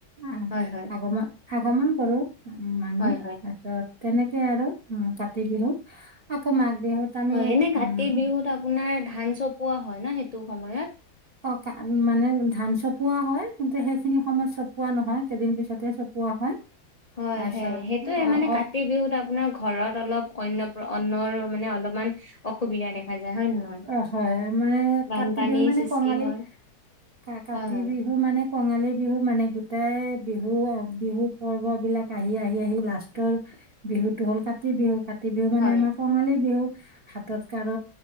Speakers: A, on the right; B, on the left.
A: অ
B: হয়, হয়,
A: আগমন, আগমন কৰো। উম আমি।
B: হয়, হয়,
A: তাৰ পিছত তেনেকে আৰু উম কাতি বিহুত, আকৌ মাঘ বিহুত আমি
B: হয় এনে কাতি
A: উম
B: বিহুত আপোনাৰ ধান চপোৱা হয় ন সেইটো সময়ত?
A: অ, মানে ধান চপোৱা হয়। কিন্তু সেইখিনি সময়ত চপোৱা নহয়। কেইদিন পিছতে চপ পোৱা হয়।
B: হয়,
A: তাৰপিছত
B: হয়। সেইটোয়ে
A: অ
B: মানে
A: অ
B: কাতি বিহুত আপোনাৰ ঘৰত অলপ অন্য অন্নৰ মানে অলপমান অসুবিধা দেখা যায়। হয় নে নহয়?
A: অ, হয় মানে
B: বানপানীৰ
A: কাতি বিহু মানে
B: সৃষ্টি
A: কঙালী।
B: হয়,
A: কা কাতি
B: হয়, হয়,
A: বিহু মানে কঙালী বিহু মানে গোটাই বিহু, বিহু পৰ্ব বিলাক আহি-আহি- আহি লাষ্টৰ বিহুটো হ'ল কাতি। বিহু কতি কাতি বিহু মানে
B: হয়।
A: আমাৰ কঙালী বিহু। হাতত কাৰো